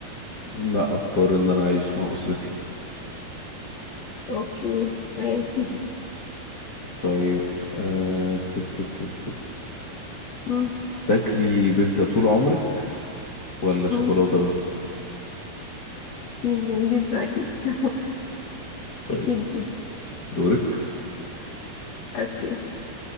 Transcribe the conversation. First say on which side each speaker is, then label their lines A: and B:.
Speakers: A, on the left (about 75°); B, on the left (about 55°).
A: لا اختار ان انا اعيش مع اسرتي
B: اوكي ماشي
A: طيب أه... ت- ت- ت- ت-
B: مم،
A: تاكلي بيتزا طول عمرك ولا شوكولاتة
B: مم،
A: بس
B: مم، بيتزا اكيد <laughs>
A: طيب
B: اكيد بيتزا
A: دورك
B: اوكي